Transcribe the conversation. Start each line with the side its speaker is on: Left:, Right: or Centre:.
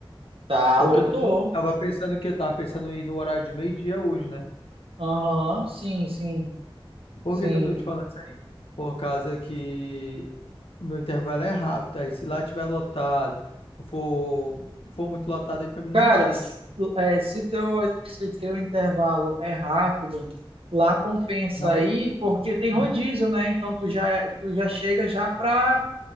Right: Tá,
Left: Porque
Right: lotou.
Left: eu tava, eu tava pensando que eu tava pensando em ir no horário de meio-dia hoje, né?
Right: Aham, sim, sim,
Left: Por
Right: sim.
Left: que que eu tô te falando isso aí? Por causa que o meu intervalo é rápido, aí se lá tiver lotado, for, for muito lotado aí pra mim não
Right: Cara,
Left: dá, né?
Right: se,
Left: Porque
Right: é, se teu, se teu intervalo é rápido, lá compensa
Left: não...
Right: aí,
Left: co-
Right: porque tem
Left: Hum.
Right: rodízio, né? Então tu já, é, tu já chega já pra